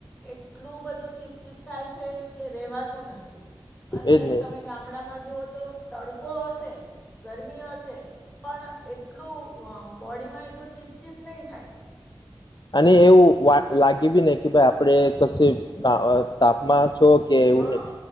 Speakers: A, on the left; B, on the left.
A: એટલું બધું ચીપચીપ થાય છે કે રેવા તુ નથી, અને
B: એજ ને
A: તમે ગામડામાં જો તો તડકો હશે, ગરમી હશે પણ એટલું બોડીમાં એટલું ચીપચીપ નહી થાય.
B: અને એવું વા લાગે બી ની કે ભઈ આપણે કસુઇ અ તાપમા શો કે એવું
A: હા
B: નહી,